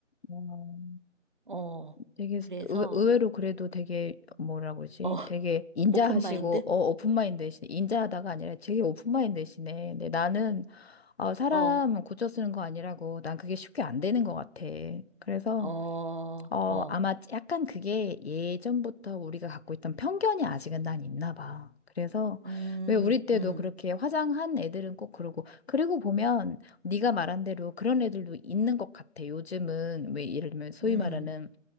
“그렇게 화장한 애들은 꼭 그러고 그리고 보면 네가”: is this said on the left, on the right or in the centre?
Left